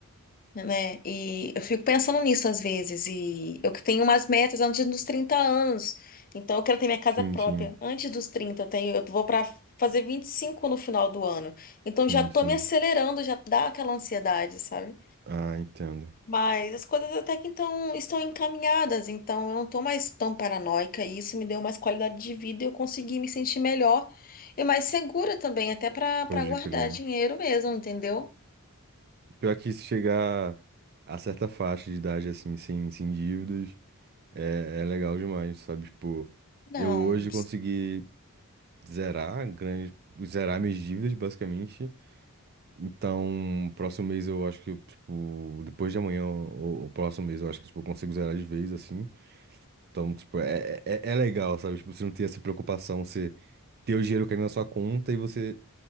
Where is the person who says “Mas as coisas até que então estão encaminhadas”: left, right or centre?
Left